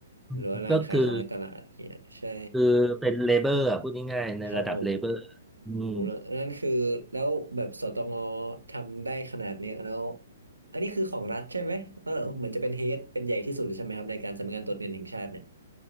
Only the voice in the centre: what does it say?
อืมก็คือ
คือเป็นเลเบอร์พูดง่ายๆในระดับเลเบอร์อืม